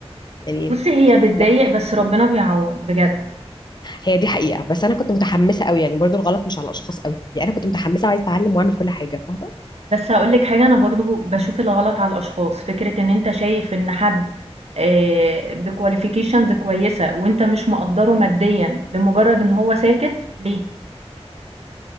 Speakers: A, on the left; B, on the right.
A: يعني
B: بُصّي هي بتضايق
A: أنا-
B: بس ربنا بيعوّض بجد.
A: هي دي حقيقه بس انا كنت متحمسه قوي يعني برضو الغلط مش على الاشخاص قوي يعني انا كنت متحمسه وعايزه اتعلم واعمل كل حاجه فاهمه
B: بس هاقول لِك حاجة، أنا برضه باشوف الغلط على الأشخاص، فكرة إن أنت شايف إن حد آآ بqualifications كويسة وأنت مش مقدّره ماديًا لمجرد إن هو ساكت ليه؟